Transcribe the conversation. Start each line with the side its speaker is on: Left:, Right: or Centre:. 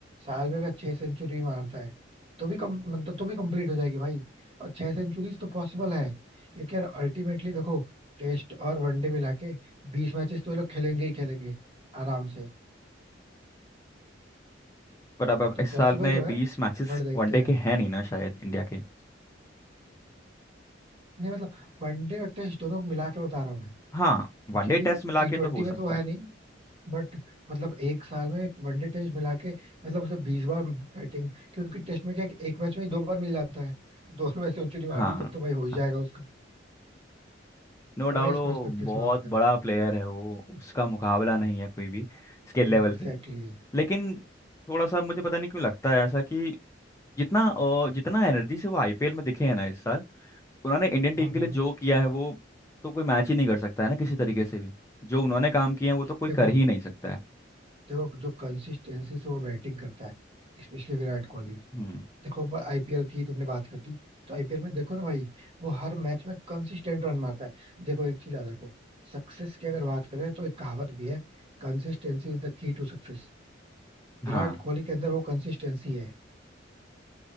Right: साल में अगर छह सेंचुरी मारता है तो भी कम मतलब तो भी कंप्लीट हो जाएगी भाई और छह सेंचुरीज तो पॉसिबल है क्योंकि यार अल्टीमेटली देखो टेस्ट और वनडे मिला के बीस मैचेस तो ये लोग खेलेंगे ही खेलेंगे आराम से
Left: पर अब अब
Right: तो
Left: इस
Right: पॉसिबल
Left: साल में
Right: तो
Left: बीस
Right: है
Left: मैचेस
Right: बट देखते
Left: वनडे
Right: हैं
Left: के हैं नहीं ना शायद इंडिया के
Right: नहीं मतलब वनडे और टेस्ट दोनों को मिला के बता रहा हूँ मैं
Left: हाँ
Right: क्योंकि
Left: वनडे
Right: अभी
Left: टेस्ट मिला
Right: टी
Left: के
Right: ट्वेंटी
Left: तो हो
Right: में
Left: सकता
Right: तो है
Left: है
Right: नहीं बट मतलब एक साल में वनडे टेस्ट मिला के मतलब उसे बीस बार बैटिंग क्योंकि टेस्ट में क्या है कि एक मैच में ही दो बार मिल जाता है दोनों में सेंचुरी मार
Left: हाँ
Right: दी तब तो भाई हो ही
Left: हाँ
Right: जाएगा उसका
Left: नो डाउट
Right: तो मैं इस
Left: वो
Right: परस्पेक्टिव
Left: बहुत
Right: से बात कर
Left: बड़ा
Right: रहा
Left: प्लेयर है वो उसका मुकाबला नहीं है कोई भी स्किल
Right: था
Left: लेवल
Right: एग्जैक्टली
Left: पे लेकिन थोड़ा सा मुझे पता नहीं क्यों लगता है ऐसा कि जितना अ, जितना एनर्जी से वो आईपीएल में दिखे हैं ना इस साल उन्होंने इंडियन टीम
Right: हाँ हाँ
Left: के लिए जो किया है वो तो कोई मैच ही नहीं कर सकता है ना किसी तरीके से भी जो उन्होंने काम किए हैं वो तो कोई
Right: देखो
Left: कर ही नहीं सकता है
Right: देखो जो कंसिस्टेंसी से वो बैटिंग करता है स्पेशली विराट कोहली
Left: हम्म
Right: देखो आईपीएल की तुमने बात कर दी तो आईपीएल में देखो ना भाई वो हर मैच में कंसिस्टेंट रन मारता है देखो एक चीज याद रखो सक्सेस की अगर बात करें तो एक कहावत भी है consistency is the key to success
Left: हाँ
Right: Virat Kohli के अंदर वो कंसिस्टेंसी है